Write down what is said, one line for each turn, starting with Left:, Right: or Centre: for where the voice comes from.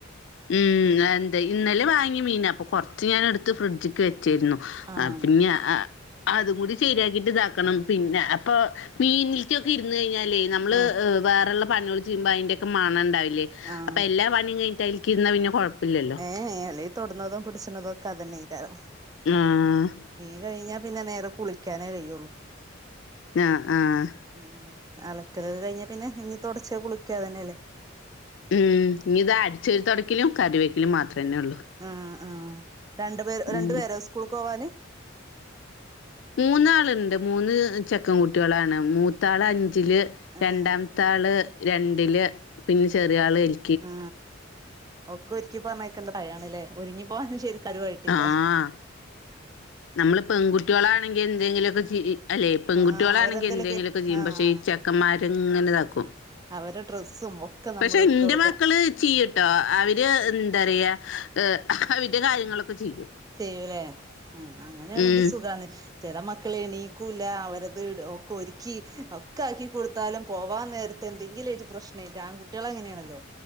Left: ഉം അന്ത്‌ ഇന്നലെ വാങ്ങിയ മീന അപ്പൊ കൊറച്ച് ഞാൻ എടുത്ത് ഫ്രിഡ്ജിക്ക് വെച്ചായിരുന്നു.
Right: ആഹ്
Left: ആഹ പിന്നെ ആഹ അതും കൂടി ശരിയാക്കിട്ട് ഇതാക്കണം പിന്നെ അപ്പൊ മീനില്ലോക്കെ ഇരുന്ന് കഴിഞ്ഞാലേ നമ്മള്
Right: ആഹ്
Left: ഹ് വേറെള്ള പണികള ചെയ്യുമ്പോ അയിന്റെയൊക്കെ മണണ്ടാവില്ലേ
Right: ആഹ്
Left: അപ്പൊ എല്ലാ പണിയും കഴി ക്കിര്ന്നാ പിന്നെ കൊഴപ്പില്ലല്ലോ
Right: ഏ ഏയ് അല്ലേയ് തൊടുന്നതും പിടിച്ചുന്നതും ഒക്കെ അതന്നെയ്കാരം.
Left: ആഹ് ആഹ്
Right: മീൻ കഴിഞ്ഞാ പിന്നെ നേരെ കുളിക്കാനേ കഴിയോള്ളൂ.
Left: ആഹ ആഹ
Right: ഉം അലക്കലോക്കെ കഴിഞ്ഞ പിന്നെ ഇഞ്ഞ് തോടച്ച് കുളിക്ക തന്നെയല്ലേ.
Left: ഉം ഇനി ഇതാ അടിച്ചോരി തോടക്കലും കറി വെക്കലും മാത്രന്നേ ഉള്ളൂ.
Right: ആഹ് ആഹ് രണ്ടു പേര്
Left: ഉം
Right: രണ്ടു പേരോ സ്കൂൾക്ക് പോവാന്.
Left: മൂന്നാളുണ്ട് മൂന്ന് ചെക്കൻ കുട്ടികളാണ് മൂത്താള് അഞ്ചില്
Right: ആഹ്
Left: രണ്ടാം ത്ത ആള് രണ്ടില് പിന്നെ ചെറിയ ആള് എ ൽ
Right: ആ ഒക്കെ ഒരിക്കി പറണയാക്കേണ്ട പ്രയാണല്ലേ ഒരുങ്ങി പോവാനും ശെരി കരുവായിട്ടില്ല
Left: ആഹ് നമ്മള് പെൺകുട്ടളാണെങ്കിൽ എന്തെങ്കിലുമൊക്കെ ചെ അല്ലെ പെൺകുട്ടികളാണെങ്കിൽ
Right: ആഹ് അവരെന്തേലൊക്കെ
Left: എന്തെങ്കിലുക്കെ ചെയ്യും
Right: ആഹ്
Left: പക്ഷെ ഈ ചെ ഒക്കമാര്ഇങ്ങനെ ഇതാക്കും.
Right: അവരെ ഡ്രസ്സും ഒക്കെ നമ്മൾ
Left: പക്ഷെ
Right: എടുത്ത്
Left: എന്റെ
Right: കൊടുക്കണം
Left: മക്കള് ചെയ്ട്ടോ അവര്.
Right: ഉം
Left: ന്താ റയാ അവന്റെ കാര്യങ്ങളൊക്കെ ചെയ്യും.
Right: ചെയ്യൂലേ അ അങ്ങനെയാണെങ്കി
Left: ഉം
Right: സുഖാണ്. ചില മക്കള് എണീക്കൂല അവരത് ഒക്കെ ഒരുക്കി ഒക്കെ ആക്കി കൊടുത്താലും. പോവാൻ നേരത്തെ എന്തെങ്കിലും ഒരു പ്രശ്നായിട്ട് ആൺകുട്ടികള്അ ങ്ങനെയാണല്ലോ.